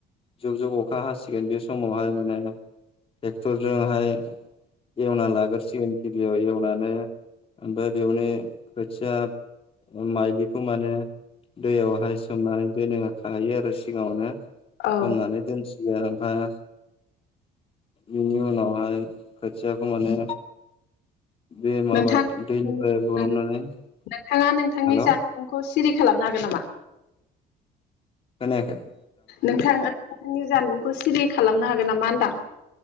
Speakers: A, on the left; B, on the left.
A: जुब जुब अखा हासिगोन बे समावहाय माने ट्रेक्टर जों हाय । एवना लाग्रोसिगोन गिबियाव एवनानै ओमफ्राय बेवनो खोथिया माइलिखौ माने दैयावहाय सोमनानै दोनो खायो आरो सिगाङावनो।
B: औ
A: सोमनानै दोनसिगोन ओमफाय बेनि उनावहाय खोथियाखौ माने बे माबा
B: नोंथां
A: दैनिफ्राय
B: नों
A: बरनानै हेल'
B: नोंथाङा नोंथांनि जानबुंखौ सिरि खालामनो हागोन नामा?
A: खोनायाखै ।
B: नोंथाङा नोंथांनि जानबुंखौ सिरि खालामनो हागोन नामा होनदां ।